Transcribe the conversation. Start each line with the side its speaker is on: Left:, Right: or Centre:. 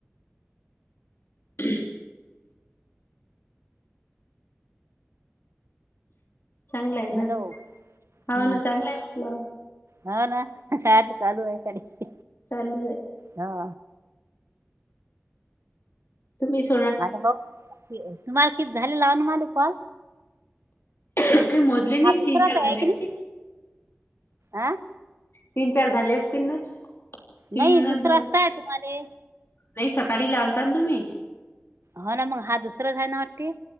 Left: <inaudible> चांगलं आहे ना.
Right: हॅलो
Left: हो
Right: हम्म
Left: ना चांगलं आहे म्हटलं.
Right: हा ना. अस चालू <unintelligible>
Left: चालूच ये
Right: हा.
Left: तुम्हीश
Right: आता बघ, तुम्हाला <unintelligible>
Left: काही मोजले नाई.
Right: हा दुसराच
Left: तीन चार झाले
Right: आहे की
Left: असतील.
Right: नाही हा
Left: तीन चार झाले असतील ना? तीनच
Right: नाही दुसरा
Left: झाले
Right: <unintelligible> तुम्हाले
Left: नाही सकाळी लावता ना तुम्ही
Right: हो ना मग. हा दुसराच आहे ना वाटते.